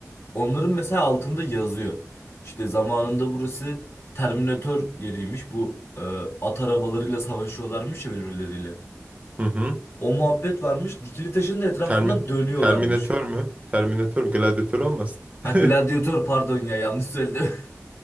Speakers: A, on the left; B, on the right.
A: Onların mesela altında yazıyor. İşte zamanında burası Terminator yeriymiş. Bu e, at arabalarıyla savaşıyorlarmış ya birbirleriyle.
B: Hı hı.
A: O muhabbet varmış. Dikili taşın da etrafından
B: Termi
A: dönüyorlarmış.
B: Terminatör mü? Terminatör mü? Gladyatör olmasın? <laughs>
A: Ha gladyatör pardon ya yanlış söyledim.